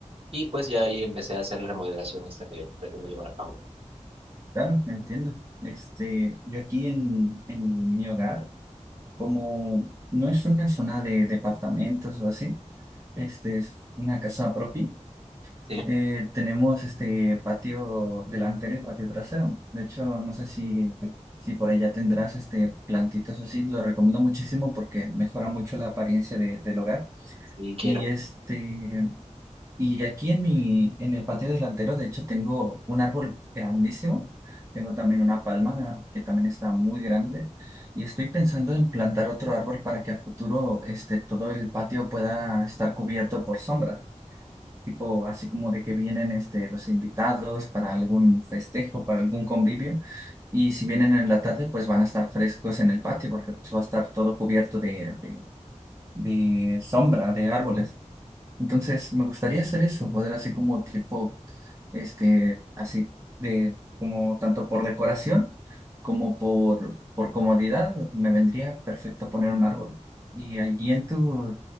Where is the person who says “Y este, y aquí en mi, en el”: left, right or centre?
Right